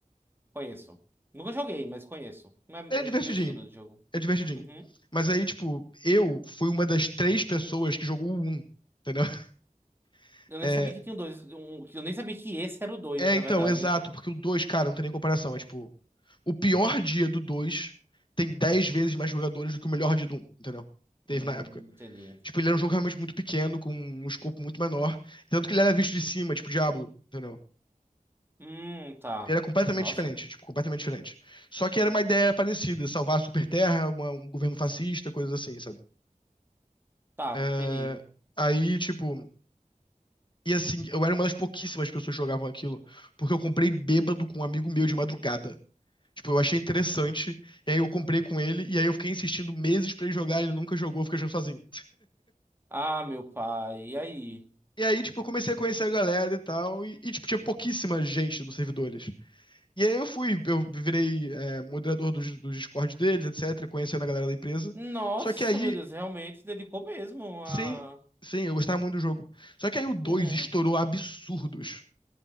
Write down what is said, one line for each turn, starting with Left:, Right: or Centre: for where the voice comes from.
Right: Conheço. Nunca joguei, mas conheço. Não É,
Left: É
Right: é
Left: divertidinho.
Right: muito meu estilo de jogo.
Left: É divertidinho.
Right: Uhum.
Left: Mas aí, tipo, eu fui uma das três pessoas que jogou o 1. Entendeu? <laughs>
Right: Eu nem
Left: É,
Right: sabia que tinha um dois. Um, eu nem sabia que esse era o dois,
Left: É,
Right: na
Left: então,
Right: verdade.
Left: exato, porque o 2, cara, não tem nem comparação. É tipo, o pior dia do 2 tem 10 vezes mais jogadores do que o melhor dia do um, entendeu? Teve
Right: Hum,
Left: na época.
Right: entendi.
Left: Tipo, ele era um jogo realmente muito pequeno, com um escopo muito menor. Tanto que ele era visto de cima, tipo Diablo, entendeu?
Right: Hum, tá.
Left: Ele era completamente
Right: Nossa.
Left: diferente, tipo, completamente diferente. Só que era uma ideia parecida, salvar a Superterra, uma- um governo fascista, coisas assim, sabe?
Right: Tá,
Left: É,
Right: entendi.
Left: Aí, tipo. E assim, eu era uma das pouquíssimas pessoas que jogavam aquilo, porque eu comprei bêbado com um amigo meu de madrugada. Tipo, eu achei interessante, e aí eu comprei com ele, e aí eu fiquei insistindo meses pra ele jogar, ele nunca jogou, eu jogando sozinho.
Right: Ah, meu pai. E aí?
Left: E aí, tipo, eu comecei a conhecer a galera e tal, e, e, tipo, tinha pouquíssima gente nos servidores. E aí eu fui, eu virei é, moderador dos, dos Discord deles, etc, conhecendo a galera da empresa.
Right: Nossa,
Left: Só que aí,
Right: meu Deus, realmente se dedicou mesmo
Left: sim,
Right: a.
Left: sim, eu gostava muito do jogo. Só que aí o dois
Right: Uhum.
Left: estourou absurdos,